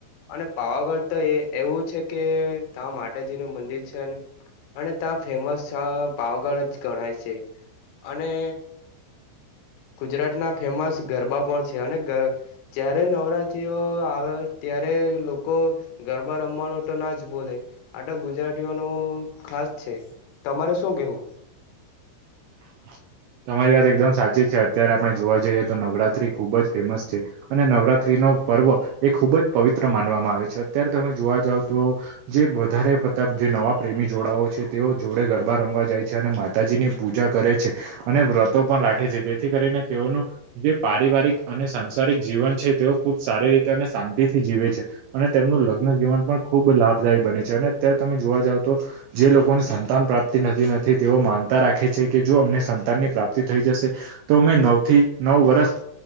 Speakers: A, on the left; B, on the right.
A: અને પાવાગઢ તો એ એવું છે. કે તં માતાજી નું મંદિર છે. અને ત્યાં ફેમસ પાવાગઢ જ ગણાય છે. અને ગુજરાતના ફેમસ ગરબા પણ છે. અને જયારે નવરાત્રીઓ આવે. ત્યારે લોકો ગરબા રમવાનું તો ના જ બોલે આટ ગુજરાતી નું ખાસ છે. તમારે શું કેવું?
B: <inaudible> તમારી વાત એકદમ સાચી છે. અત્યારે આપણે જોવા જઈએ તો નવરાત્રી ખુબ જ ફેમસ છે. અને નવરાત્રી નો પર્વ એ ખૂબ જ પવિત્ર માનવામાં આવે છે. અત્યારે તમે જોવા જાવ તો જે વધારે જે નવા પ્રેમી જોડાઓ છે તેઓ જોડે ગરબા રમવા જાય છે અને માતાજીની પૂજા કરે છે. અને વ્રતો પણ રાખે છે જેથી કરીને તેઓનું. જે પારિવારિક અને સાસારિક જીવન છે તેઓ ખુબ સારી રીતે અને શાંતિ થી જીવે છે. અને તેમનું લગ્ન જીવન પણ ખૂબ લાભદાયી બને છે અને અત્યારે તમે જોવા જાવ તો. જે લોકોને સંતાન પ્રાપ્તિ થતી નથી તેઓ માનતા રાખે છે કે જો અમને સંતાનની પ્રાપ્તિ થઈ જશે. તો મેં નવ થી નવ વર્ષ.